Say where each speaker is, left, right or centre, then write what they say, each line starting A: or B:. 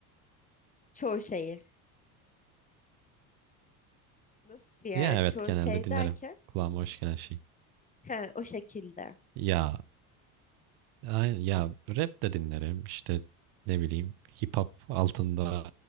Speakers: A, on the left; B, on the right.
A: Çoğu şeyi. Nasıl yani
B: Ya evet
A: çoğu
B: genelde
A: şey
B: dinlerim.
A: derken
B: Kulağıma hoş gelen şey.
A: ha, o şekilde.
B: Ya aynen, ya rap de dinlerim. İşte ne bileyim hip hop altında